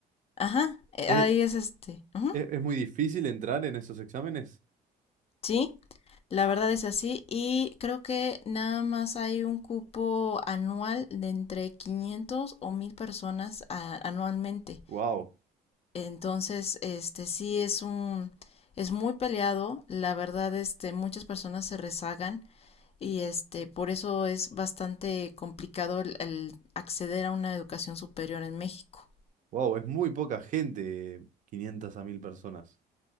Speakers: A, on the left; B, on the right.
A: Ajá, eh,
B: ¿Es,
A: ahí es, este ujú.
B: es, es muy difícil entrar en esos exámenes?
A: Sí, la verdad es así y creo que nada más hay un cupo anual de entre 500 o 1000 personas a- anualmente.
B: Wow,
A: Entonces, este sí es un es muy peleado, la verdad este muchas personas se rezagan y este por eso es bastante complicado el, el acceder a una educación superior en México.
B: wow, es muy poca gente, 500 a 1000 personas.